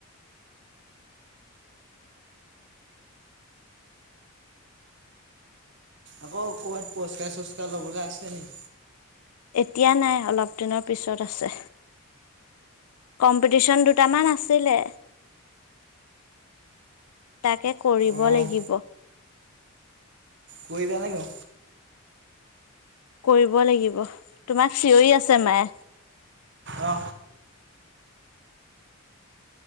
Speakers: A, on the right; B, on the left.
A: আকৌ ক'বাত পুৰস্কাৰ চোৰস্কাৰ লবলে আছে নি
B: এতিয়া নাই অলপ দিনৰ পিছত আছে। কম্পিটিচন দুটামান আছিলে তাকে কৰিব
A: অঁ
B: লাগি
A: কৰিবা নে কি
B: কৰিব লাগিব তোমাক চিঞৰি আছে মায়ে।
A: অ